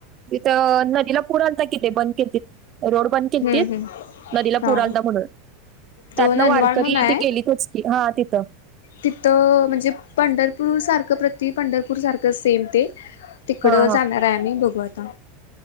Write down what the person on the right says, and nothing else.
हित नदीला पूर आलता की इथं बंद केलतीत रोड बंद केलतीत.
नदीला
पुर आलता म्हणून, त्यात
न
वारकरी
ती गेलीतच की हा तिथं.
हा हा